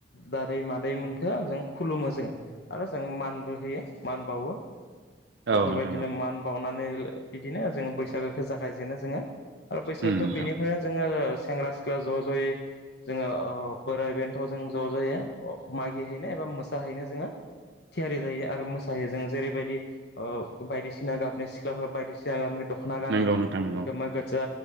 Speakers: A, on the left; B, on the right.
A: दादै मादैमोनखो जों खुलुमो जों आरो जों मानबो होयो मान बावो।
B: औ
A: बेफोरबायदिनो
B: नोंथां औ
A: मान बावनानै बिदिनो जोङो बैसागोखो जागायजेनो। जोङो आरो बैसागो
B: उम नोंथां
A: बिनिफ्रायानो जोङो सेंग्रा सिख्ला ज' ज'यै जोङो ओ बोराय बेन्थ' जों ज' ज'यै मागिहैनो एबा मोसाहैनो जोङो थियारि जायो आरो मोसायो जों जेरैबायदि ओ बायदिसिना गाबनि सिख्लाफोरा बायदिसियाना दख'
B: नंगौ नोंथां नंगौ
A: <unintelligible> गोमो गोजा